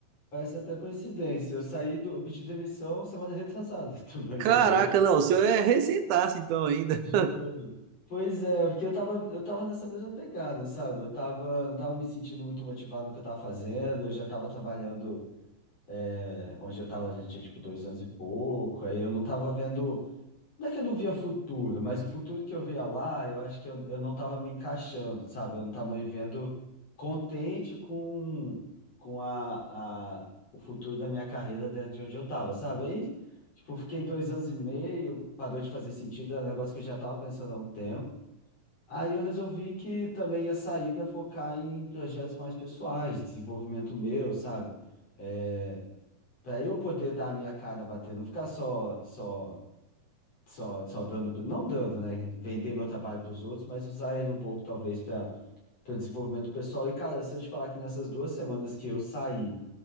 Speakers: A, on the left; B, on the right.
A: Parece até coincidência. Eu saí do, eu pedi demissão semana retrasada <laughs> do meu
B: Caraca,
A: emprego.
B: não, o senhor é recém-taço então ainda.
A: Juro. Pois é, porque eu tava, eu tava nessa mesma pegada, sabe? Eu tava, não tava me sentindo muito motivado no que eu tava fazendo, eu já tava trabalhando é, onde eu tava, já tinha tipo dois anos e pouco, aí eu não tava vendo. Não é que eu não via futuro, mas o futuro que eu via lá, eu acho que eu, eu não estava me encaixando, sabe? Eu não estava me vendo contente com, com a, a, o futuro da minha carreira dentro de onde eu estava, sabe? Aí, tipo, fiquei dois anos e meio, parou de fazer sentido, era um negócio que eu já estava pensando há um tempo. Aí eu resolvi que também ia sair para focar em projetos mais pessoais, desenvolvimento meu, sabe? É, para eu poder dar a minha cara bater, não ficar só, só só, só dando, pro- não dando, né? Vender meu trabalho para os outros, mas usar ele um pouco, talvez, para o desenvolvimento pessoal. E, cara, se eu te falar que nessas duas semanas que eu saí